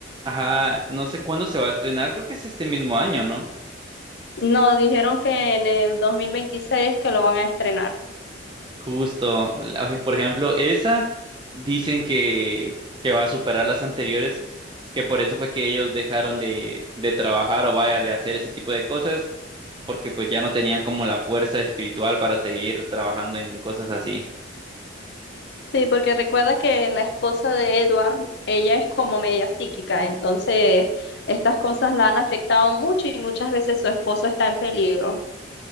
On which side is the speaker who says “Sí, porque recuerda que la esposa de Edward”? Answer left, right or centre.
Left